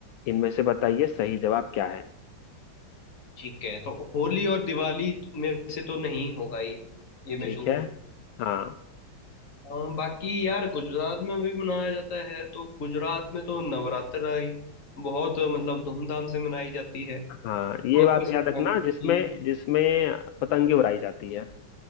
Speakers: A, on the left; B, on the left.
A: इनमें से बताइए सही जवाब क्या है
B: ठीक है तो होली और दिवाली में से तो नहीं होगा ये ये मैं
A: ठीक
B: श्योर
A: है
B: हूँ
A: हाँ
B: अ, बाकी यार गुजरात में भी मनाया जाता है तो गुजरात में तो नवरात्र ही बहुत मतलब धूमधाम से मनाई जाती है
A: हाँ ये
B: मकर
A: बात
B: संक्रांति
A: याद रखना जिसमें जिसमें पतंगे उड़ाई जाती है